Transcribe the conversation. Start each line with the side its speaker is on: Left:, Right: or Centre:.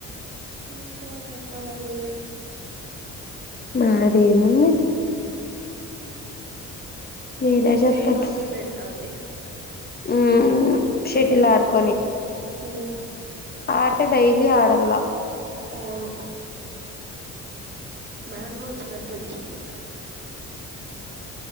Right: ఇంకా చెప్పాల నువ్వె
Left: నాదేముంది మీరే జేప్పండి
Right: చేయి నొప్పి పెడతాంది
Left: ఉమ్ శెటిల్ ఆడుకొని
Right: ఓ
Left: ఆడతే డైలీ ఆడన
Right: అవును మ్యాంగో వచ్చినట్టు ఒచ్చింది